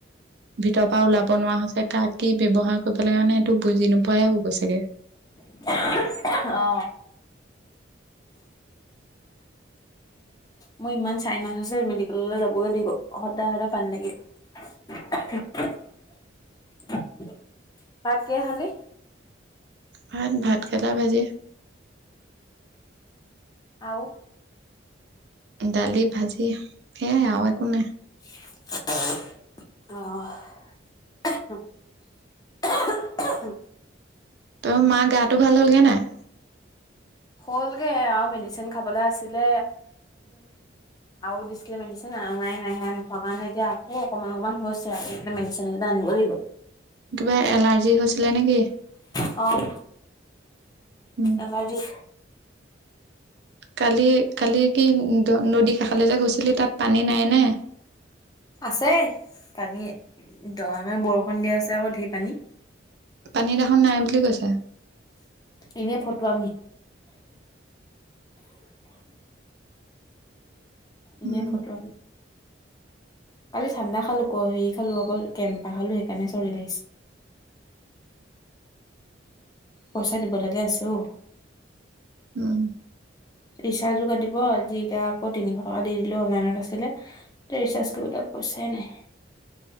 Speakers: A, on the right; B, on the left.
A: ভিতৰৰ পৰা ওলাব নোৱাৰা হৈছে কাক কি ব্যবহাৰ কৰিব লাগে মানে সেইটো বুজি নোপোৱাহে হৈছেগে
B: <unintelligible>
A: <inaudible>
B: মোৰ ইমান চাইনাছ আছে মেডিকেললে যাবগে লাগিব সদায় সদায় পানী লাগে <unintelligible> ভাত কিহে খালি
A: ভাত ভাতকেৰেলা ভাজি
B: আও
A: দালি ভাজি সেয়াই আৰু একো নাই
B: <unintelligible> এহ
A: তোৰ মাৰ গাটো ভাল হ'লগে নাই
B: হ'লগে আও মেডিচিন খাবলে আছিলে আৰু দিছিলে মেডিচিন আনা নাই সেয়া নোখোৱা কাৰণে এতিয়া আকৌ অকণমান অকণমান হৈছে আৰু মেডিচিন কেইটা আনিব লাগিব
A: কিবা এলাৰ্জি হৈছিলে নেকি
B: অহ
A: উম
B: এলাৰ্জি
A: কালি কালি কি নদীৰ কাষলে যে গৈছিলি তাত পানী নাই নে
B: আছে পানী দ ইমান বৰষুণ দি আছে আক ধেৰ পানী
A: পানী দেখোন নাই বুলি কৈছা
B: এনেই ফটুৱামি এনে
A: উম
B: ফটুৱামি কালি ঠাণ্ডা খালো ক হেৰি খালো ক কেম্পাহ খালো সেইকাৰণে চৰ্দি লাগিছে পইচা দিবলেকে আছে অ
A: উম
B: ৰিচাৰ্জো কাটিব আজি এতিয়া আকৌ তিনিশ টকা দি দিলো অনলাইনত আছিলে এতিয়া ৰিচাৰ্জ কৰিবলে পইছাই নাই